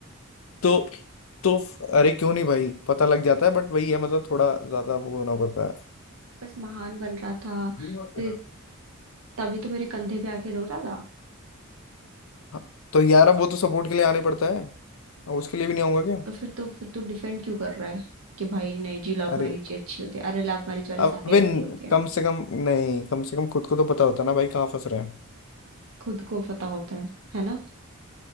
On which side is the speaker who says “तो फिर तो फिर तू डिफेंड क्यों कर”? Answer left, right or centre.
Right